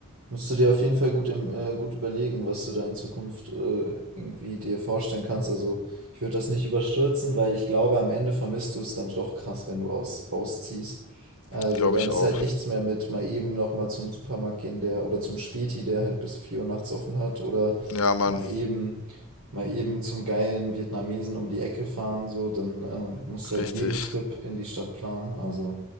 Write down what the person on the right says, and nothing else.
Musst du dir auf jeden Fall gut, im, äh, gut überlegen, was du da in Zukunft äh, irgendwie dir vorstellen kannst. Also ich würde das nicht überstürzen, weil ich glaube, am Ende vermisst du es dann doch krass, wenn du aus, rausziehst. Also
dann
ist
halt nichts mehr mit mal eben nochmal zum Supermarkt gehen, der oder zum Späti, der halt bis 4 Uhr nachts offen hat oder
mal eben mal eben zum geilen Vietnamesen um die Ecke fahren, so, dann ähm, musst du halt
jeden Trip in die Stadt planen. Also